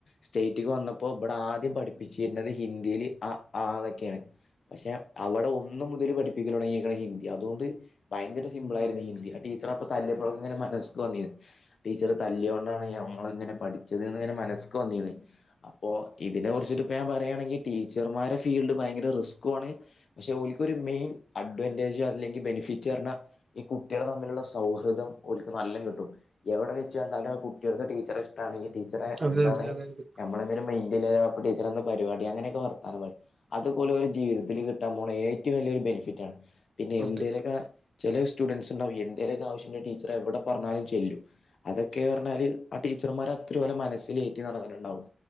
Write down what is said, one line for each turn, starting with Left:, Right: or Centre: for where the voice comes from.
Left: സ്റ്റേറ്റ് ക്ക് വന്നപ്പോ ഇബടെ ആദ്യം പഠിപ്പിച്ചിര്ന്നത് ഹിന്ദീല് അ ആ തൊക്കേണ്. പക്ഷെ അവടെ ഒന്ന് മുതൽ പഠിപ്പിക്കലു തൊടങ്ങീക്ണ് ഈ ഹിന്ദി. അതോണ്ട് ഭയങ്കര സിമ്പിൾ ആയിരുന്നു ഹിന്ദി. ആ ടീച്ചർ അപ്പൊ തല്ലിയപ്പോളക്കെങ്ങനെ മനസ്ക്ക് വന്നിരുന്നു. ടീച്ചർ തല്ലിയോണ്ടാണ് ഞമ്മൾ ഇങ്ങനെ പഠിച്ചത് ന്ന് ഇങ്ങനെ മനസ്ക്ക് വന്നീന്ന്. അപ്പോ ഇതിനെ കുറിച്ചിട്ട് ഇപ്പ ഞാൻ പറയാണെങ്കി ടീച്ചർമാരെ ഫീൽഡ് ഭയങ്കര റിസ്കുവാണ് പക്ഷെ ഓൽക്കൊരു മെയിൻ അഡ്വാന്റെജ് അല്ലെങ്കിൽ ബെനിഫിറ്റ് പർഞ്ഞാ ഈ കുട്ടികള് തമ്മിലുള്ള സൗഹൃദം ഓൽക്ക് നല്ലം കിട്ടും എവിടെ വെച്ച് കണ്ടാലും കുട്ടിയേൾക്ക്‌ ആ ടീച്ചറെ ഇഷ്ടാണെങ്കി ടീച്ചറേ
Right: അതെ
Left: എന്താണ്
Right: അതെ അതെ അതെ
Left: ഞമ്മള് എന്തേലും മെയി ൻ്റ് ഇല്ലല്ലോ അപ്പോ ടീച്ചർ അന്ന് പരിപാടി അങ്ങനെയൊക്കെ വർത്താനം പറിം അതുപോലെ ഓലെ ജീവിതത്തിൽ ക്ക് കിട്ടാൻ പോണ ഏറ്റവും വല്യൊരു ബെനഫിറ്റ് ആണ്. പിന്നെ എന്തേലൊക്കെ
Right: അതെ
Left: ചെലേ സ്റ്റുഡന്റ്സ് ണ്ടാവും എന്തേലൊക്കെ ആവശ്യണ്ടെ ടീച്ചർ എവിടെ പറഞ്ഞാലും ചെല്ലും അതൊക്കെ ർഞ്ഞാല് ആ ടീച്ചർമാര് അത്രേം മനസ്സ്ല് ഏറ്റി നടന്ന്ട്ട്ണ്ടാവും